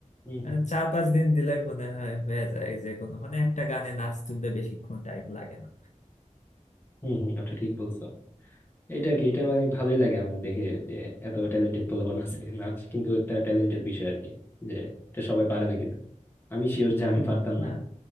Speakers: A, on the left (about 15°); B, on the left (about 60°).
A: হম
B: মানে
A: হম
B: চার পাঁচ দিন দিলেই মনে হয় হয়ে যায় যে কোনো মানে একটা গানে নাচ তুলতে বেশিক্ষণ টাইম লাগে না
A: হম হম ওটা ঠিক বলছো এটা আর কি এটা আমি ভালোই লাগে আমার দেখে যে এত ট্যালেন্টেড পোলাপান আছে নাচ কিন্তু একটা ট্যালেন্টেড বিষয় আর কি যে এটা সবাই পারে না কিন্তু আমি শিওর যে আমি পারতাম
B: হ্যাঁ
A: না